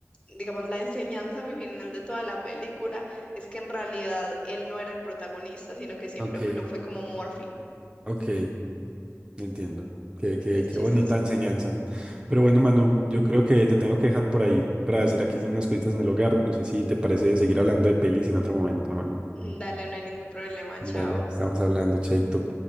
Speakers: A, on the left; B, on the right.
A: digamos, la enseñanza mi final de toda la película es que en realidad él no era el protagonista, sino que siempre
B: Ok.
A: lo fue como Murphy,
B: Ok, entiendo. Qué, qué,
A: entonces
B: qué
A: chistoso.
B: bonita enseñanza. Pero bueno, Manu, yo creo que te tengo que dejar por ahí para hacer aquí unas cositas en el hogar. No sé si te parece seguir hablando de pelis en otro momento, Manu.
A: Mm, Dale, no hay ningún problema,
B: Dale,
A: chao.
B: estamos hablando, Chaito.